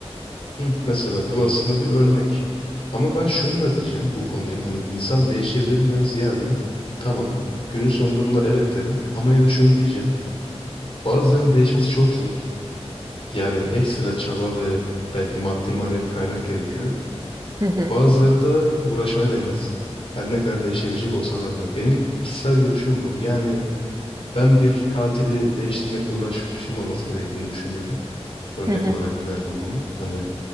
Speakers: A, on the left; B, on the right.
A: Hı. Mesela bu aslında bir örnek. Ama ben şunu da diyeceğim bu konuya. Hani insan değişebilirimden ziyade tamam günün sonunda buna evet derim. Ama yine de şunu diyeceğim. Bazılarının değişmesi çok zor. Yani ekstra çaba ve belki maddi manevi kaynak gerekiyor.
B: Hı hı.
A: E, Bazıları da uğraşmaya değmez. Her ne kadar değişebilecek olsalar da. Benim kişisel görüşüm bu. Yani ben bir katili değiştirmekle uğraşılmaması gerektiğini düşünüyorum. Örnek
B: Hı hı.
A: olarak verdim bunu. Hani